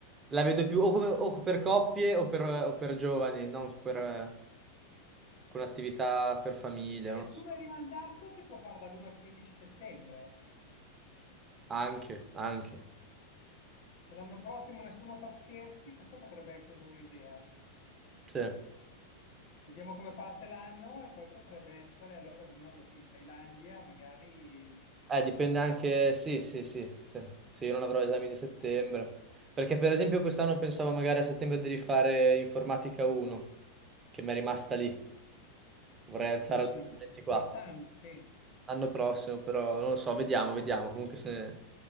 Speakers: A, on the right; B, on the left.
A: la vedo più o, come- o per coppie o per, o per giovani, non per, eh, con attività per famiglie,
B: Se nessuno
A: non lo so.
B: è rimandato, si può fare dall'1 al 15 settembre.
A: Anche, anche.
B: Se l'anno prossimo nessuno fa scherzi, questa potrebbe anche essere un'idea.
A: Sì.
B: Vediamo come parte l'anno e poi potrebbe essere allora di nuovo Ti- Thailandia, magari.
A: Eh, dipende anche, sì, sì, sì, se, se io non avrò esami di settembre. Perché per esempio quest'anno pensavo magari a settembre di rifare informatica 1, che mi è rimasta lì. Vorrei alzare
B: Eh sì,
A: al 24.
B: quest'anno, sì.
A: L'anno prossimo, però non lo so, vediamo, vediamo. Comunque se... eh?